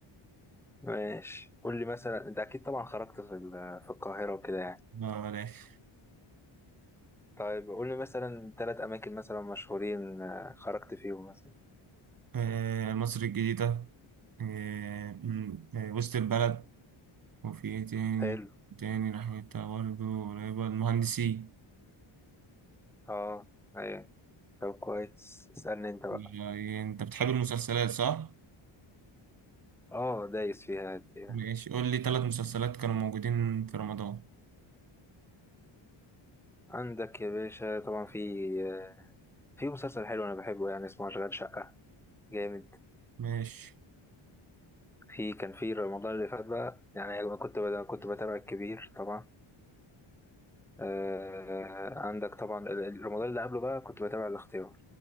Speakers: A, in the centre; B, on the right (about 45°).
A: ماشي قول لي مثلا أنت أكيد طبعا خرجت في ال- في القاهرة وكده يعني
B: بلاش
A: طيب قول لي مثلا ثلاث أماكن مثلا مشهورين آه، خرجت فيهم مثلا
B: آه مصر الجديدة آه م- آه، وسط البلد وفي إيه تاني
A: حلو
B: تاني ناحيتها برضه قريبة المهندسين
A: أه أيوة طب كويس اسألني أنت بقى
B: يعني أنت بتحب المسلسلات صح؟
A: أه دايس فيها دي يعني.
B: ماشي قول لي ثلاث مسلسلات كانوا موجودين في رمضان
A: عندك يا باشا طبعا في آه، في مسلسل حلو أنا بحبه يعني اسمه أشغال شقة جامد
B: ماشي
A: في كان في رمضان اللي فات بقى يعني أنا كنت بت- كنت بتابع الكبير طبعا آه عندك طبعا ال- ال- رمضان اللي قبله بقى كنت بتابع الاختيار